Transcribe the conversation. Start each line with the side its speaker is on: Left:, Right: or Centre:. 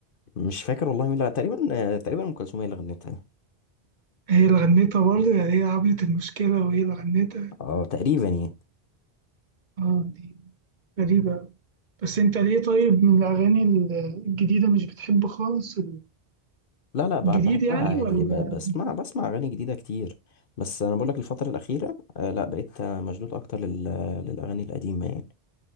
Left: مش فاكر والله مين لا تقريبا تقريبا أم كلثوم هي اللي غنتها
Right: هي اللي غنتها برضه يعني هي عملت المشكلة وهي اللي غنتها
Left: اه تقريبا يعني
Right: اه دي غريبة أوي. بس انت ليه طيب من الأغاني الجديدة مش بتحب خالص
Left: لا لا بح-
Right: الجديد
Left: بحبها
Right: يعني
Left: عادي
Right: ولا
Left: ب- بسمع بسمع أغاني جديدة كتير بس أنا بقولك الفترة الأخيرة آه، لا بقيت آه، مشدود أكتر لل- للأغاني القديمة يعني